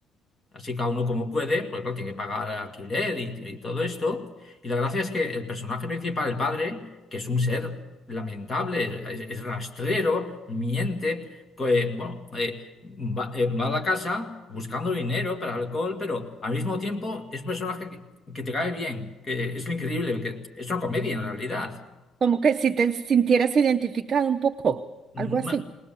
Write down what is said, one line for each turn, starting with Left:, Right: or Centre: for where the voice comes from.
Left: Así cada uno como puede, porque claro, tiene que pagar alquiler y, y todo esto. Y la gracia es que el personaje principal, el padre, que es un ser lamentable, es, es rastrero, miente, co- eh, bueno, eh, va, eh, va a la casa buscando dinero para alcohol, pero al mismo tiempo es un personaje que, que te cae bien, que es lo increíble, que es una comedia en realidad.
Right: Como que si te sintieras identificado un poco,
Left: Mm,
Right: algo así.
Left: Ma-